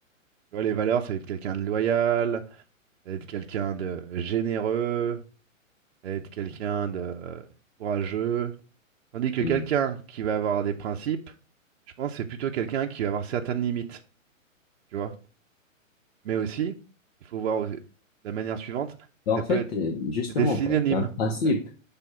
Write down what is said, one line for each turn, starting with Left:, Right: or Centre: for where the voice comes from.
Right: Tu vois, les valeurs, ça va être quelqu'un de loyal, ça va être quelqu'un de généreux, ça va être quelqu'un de euh, courageux. Tandis que quelqu'un
Left: Hmm.
Right: qui va avoir des principes, je pense que c'est plutôt quelqu'un qui va avoir certaines limites, tu vois. Mais aussi, il faut voir au- de la manière suivante, c'est
Left: Bah,
Right: que
Left: En
Right: ça
Left: fait,
Right: peut être
Left: euh, justement,
Right: c'est des synonymes.
Left: parce qu'un principe,
Right: Ça,